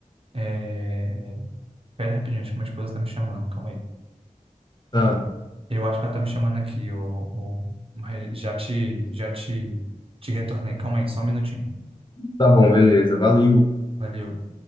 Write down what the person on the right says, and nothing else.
é... Pera rapidinho, acho que minha esposa tá me chamando, calma aí.
Eu acho que ela tá me chamando aqui, o, o... mas já te, já te, te retornei, calma aí, só um minutinho.
Valeu.